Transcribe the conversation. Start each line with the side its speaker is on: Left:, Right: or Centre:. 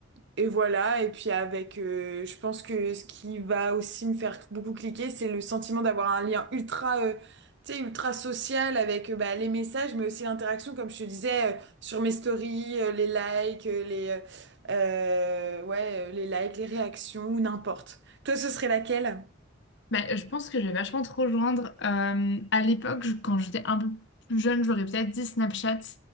Right: et voilà, et puis avec euh, je pense que ce qui va aussi me faire beaucoup cliquer, c'est le sentiment d'avoir un lien ultra euh, tu sais ultra social avec euh, bah, les messages mais aussi l'interaction comme je te disais euh, sur mes stories, euh, les likes, euh, les euh, euh, ouais, euh, les likes, les réactions, ou n'importe. Toi, ce serait laquelle?
Left: Ben, je pense que je vais vachement te rejoindre. Euh, à l'époque, je- quand j'étais un peu plus jeune, j'aurais peut-être dit Snapchat.